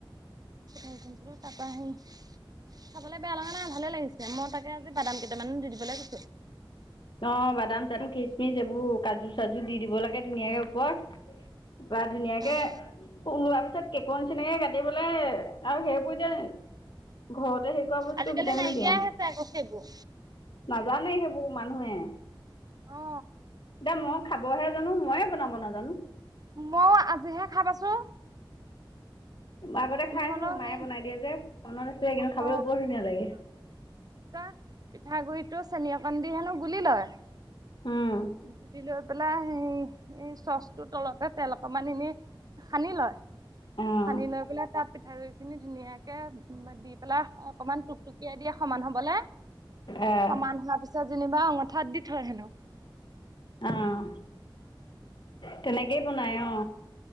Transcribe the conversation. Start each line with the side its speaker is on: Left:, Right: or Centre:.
Right: পঠা খোনিছিলোঁ তাৰপা সেই খাবলে বেয়া লগা নাই ভালে লাগিছে মই তাকে তে আজি বাদাম কেইটামান দি দিবলৈ কৈছো।
Left: অ বাদাম চাদাম খিচমিচ এইবোৰ কাজু চাজু দি দিব লাগে ধুনীয়াকে ওপৰত। পৰা ধুনীয়াকে
Right: উম
Left: ওলোৱা পিছত কেকৰ নিচিনাকে কাটিবলে আৰু সেইবোৰ এতিয়া ঘৰতে সেই এনেকোৱা বস্তু
Right: আজিকালি
Left: ভিটামিন
Right: নাইকিয়াই
Left: কিমান
Right: হৈছে আকৌ সেইবোৰ
Left: নাজানে সেইবোৰ মানুহে।
Right: অ
Left: দা মই খাবহে জানো মইয়ে বনাব নাজানো।
Right: মও আজিহে খাই পাইছো।
Left: আগতে খাইছো
Right: হ'লেও
Left: মায়ে
Right: সেই
Left: বনাই দিয়ে যে, মনত আছে কিন্তু খাবলৈও
Right: অ
Left: বৰ ধুনীয়া লাগে।
Right: পিঠাগুৰিতটো চেনি অকন দি হেনো গুলি লয়,
Left: উম,
Right: গুলি লৈ পেলাই সেই এই চচটোৰ তলতে তেল অকমান এনে সানি লয়
Left: অ',
Right: সানি লৈ পেলা তাত পিঠা গুৰি খিনি ধুনীয়াকে তে দি পেলাই অকনমান টুকটুকিয়াই দিয়ে সমান হবলে।
Left: আহ,
Right: সমান হোৱাৰ পিছত যেনিবা অঙঠাত দি থৈ হেনো।
Left: অহ তেনেকেই বনাই অ।